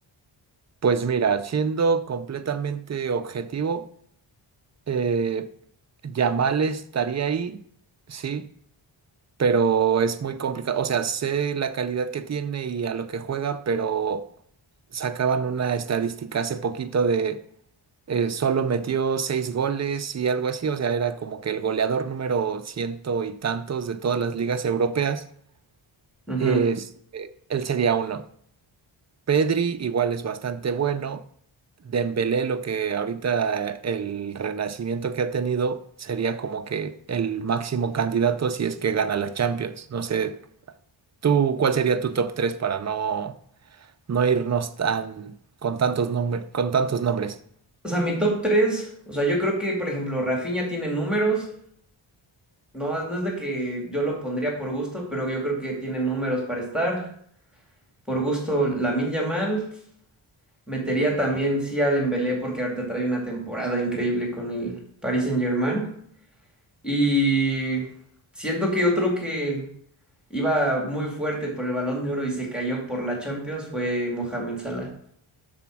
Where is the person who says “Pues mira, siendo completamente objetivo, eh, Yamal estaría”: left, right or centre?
Right